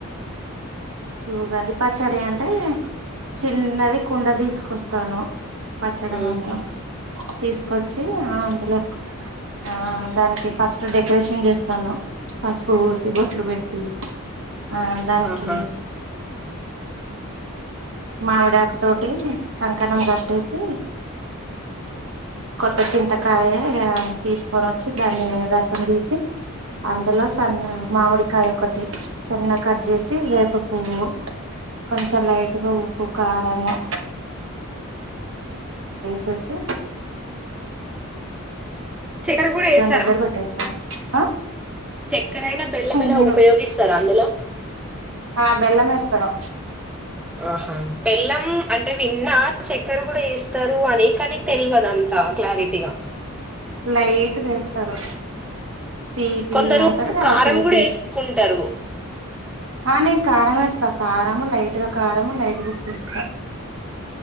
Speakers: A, on the right; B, in the centre.
A: ఇగా అది పచ్చడి అంటే చిన్నది కుండ తీసుకొస్తాను పచ్చడ
B: ఉమ్,
A: మందం తీసుకొచ్చి అందులో ఆ దానికి ఫస్ట్ డెకరేషన్ చేస్తాను పసుపు పూసి బొట్లు పెట్టి ఆ ఆ
B: ఆహా
A: మావిడాకు తోటి కంకణం గ ట్టేసి కొత్త చింతకాయ తీసుకోని వచ్చి దాన్ని రసం తీసి అందులో సగం మామిడికాయ ఒకటి సన్న కట్ చేసి వేప పువ్వు కొంచెం లైట్ ఉప్పు కారమే చేసి
B: చక్కెర కూడా వేస్తారా
A: దగ్గర పెట్టేస్తాను
B: చక్కెర అయినా బెల్లమైనా
A: నేను
B: ఉపయోగిస్తారా అందులో
A: ఆ బెల్లం ఏస్తరు
B: ఆహా బెల్లం అంటే విన్నా చక్కెర కూడా వేస్త తారు అనేకనితె ల్వదంతా క్లారిటీగా
A: లైట్ వేస్తారు తీపి
B: కొందరు
A: అంటారు కదా
B: కారం
A: తీపి
B: గూడా వేసుకుంటారు
A: ఆ నేను కారం ఏస్తా కారము లైట్ గా కారము లైట్ బుక్ చేస్తా